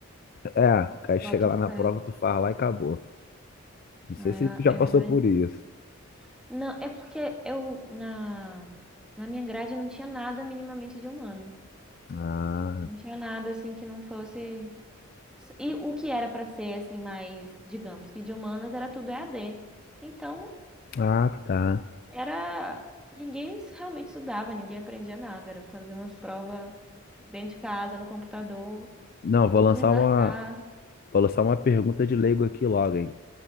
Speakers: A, on the left; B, in the centre.
A: É, aí chega
B: Boto
A: lá
B: fé.
A: na prova, tu faz lá e acabou. Não sei
B: Ah,
A: se tu já
B: eu,
A: passou
B: eu imagino.
A: por isso.
B: Não, é porque eu na, na minha grade não tinha nada minimamente de humano.
A: Ah,
B: Não tinha nada assim que não fosse. E o que era pra ser assim mais, digamos que de humanas era tudo EAD. Então,
A: ah, tá.
B: era ninguém realmente estudava, ninguém aprendia nada, era fazer umas provas dentro de casa, no computador,
A: Não, vou
B: tudo
A: lançar
B: de marcar.
A: uma, vou lançar uma pergunta de leigo aqui logo, hein?